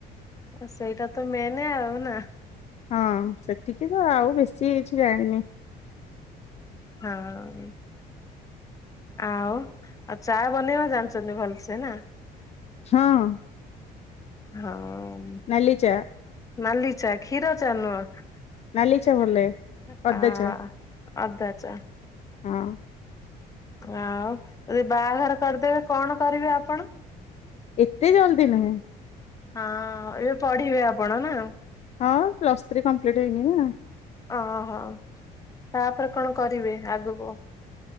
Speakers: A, on the left; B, on the left.
A: ହଁ ସେଇଟା ତ ମେନେ ଆଉ ନା।
B: ହଁ ସେତିକି ତ ଆଉ ବେଶୀ କିଛି ଜାଣିନି।
A: ହଁ। ଆଉ ଆଉ ଚା ବନେଇବା ଜାଣିଛନ୍ତି ଭଲସେ ନା?
B: ହଁ।
A: ହଁ।
B: ନାଲି ଚା।
A: ନାଲି ଚା କ୍ଷୀର ଚା ନୁହଁ
B: ନାଲି ଚା ଭଲ ଲାଗେ ଅଦା
A: ଆ,।
B: ଚା
A: ଅଦା ଚା।
B: ହଁ।
A: ଆଉ ଯଦି ବାହାଘର କରିଦେବେ କଣ କରିବେ ଆପଣ?
B: ଏତେ ଜଲ୍ଦି ନୁହେଁ।
A: ହଁ ଏବେ ପଢିବେ ଆପଣ ନା?
B: ହଁ ପ୍ଲସ ଥ୍ରୀ କମ୍ପ୍ଲିଟ୍ ହେଇନି ନା।
A: ଓହୋ, ତାପରେ କଣ କରିବେ ଆଗକୁ?